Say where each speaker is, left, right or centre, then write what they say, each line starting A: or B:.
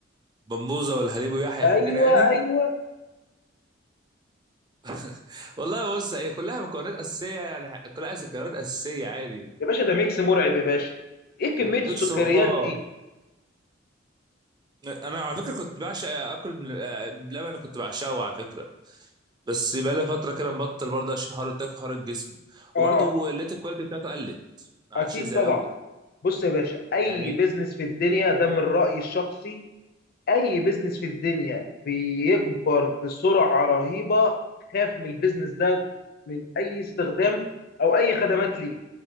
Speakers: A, on the right (about 20°); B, on the left (about 50°).
A: بمبوزه والهليب ويحيح
B: ايوه
A: وكده يعني
B: ايوه
A: <laughs> والله بص هي كلها مكونات اساسيه يعني كلها أس- مكونات اساسيه عادي
B: يا باشا ده ميكس مرعب يا باشا ايه كمية
A: ميكس
B: السكريات
A: بقى
B: دي
A: انا على فكره كنت بعشق اكل من آه، بلبن أنا كنت بعشقه على فكره بس بقالي فتره كده مبطل برضه عشان حوار التاك حوار الجسم
B: اه
A: وبرضه لقيت الكواليتي بتاعته قلت ما
B: اكيد
A: عادش زي
B: طبعا
A: الاول
B: بص يا باشا اي
A: يعني
B: بيزنس في الدنيا ده من رايي الشخصي اي بيزنس في الدنيا بيكبر بسرعه رهيبه خاف من البيزنس ده من اي استخدام او اي خدمات ليه